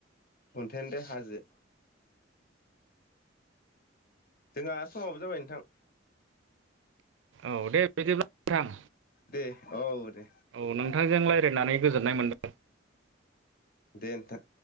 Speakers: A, on the left (about 50°); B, on the right (about 80°).
A: अन्थायानो दे हाजो जोंहा समाबो जाबाय नोंथां।
B: औ दे बिदिब्ला नोंथां
A: दे औ दे
B: औ नोंथांजों रायलायनानै गोजोननाय मोनदों
A: दे नोंथां